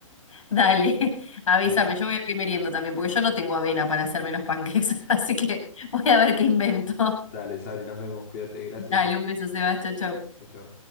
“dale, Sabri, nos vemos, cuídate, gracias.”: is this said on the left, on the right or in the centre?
Left